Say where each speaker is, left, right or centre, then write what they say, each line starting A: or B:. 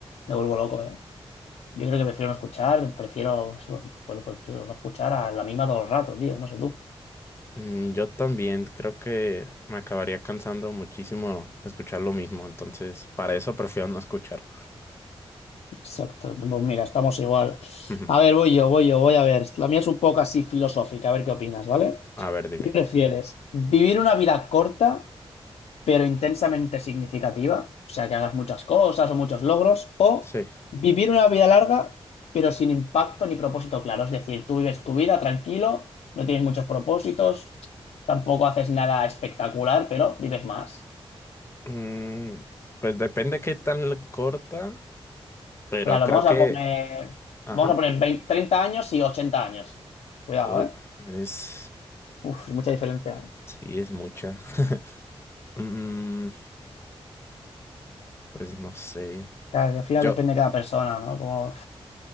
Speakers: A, on the left; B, on the left.
A: me vuelvo loco, ¿eh? Yo creo que prefiero no escuchar, prefiero bueno, pues, pues, eso, no escuchar a la misma todo el rato, tío, no sé tú.
B: Mm, Yo también creo que me acabaría cansando muchísimo escuchar lo mismo, entonces para eso prefiero no escuchar.
A: Exacto, pues mira, estamos igual.
B: Ujú.
A: A ver, voy yo, voy yo, voy a ver. La mía es un poco así filosófica, a ver qué opinas, ¿vale?
B: A ver, dime.
A: ¿Qué prefieres? ¿Vivir una vida corta pero intensamente significativa? O sea, que hagas muchas cosas o muchos logros. ¿O
B: Sí.
A: vivir una vida larga pero sin impacto ni propósito claro? Es decir, tú vives tu vida tranquilo, no tienes muchos propósitos, tampoco haces nada espectacular, pero vives más.
B: Mm, pues depende qué tan corta, pero
A: Claro,
B: creo
A: vamos
B: que,
A: a poner,
B: ajá,
A: vamos a poner 20 30 años y 80 años. Cuidado,
B: uh,
A: ¿eh?
B: es,
A: Uf, mucha diferencia.
B: sí, es mucha. <laughs> Mm, pues no sé.
A: Claro, que al final
B: Yo,
A: depende de cada persona, ¿no? Como...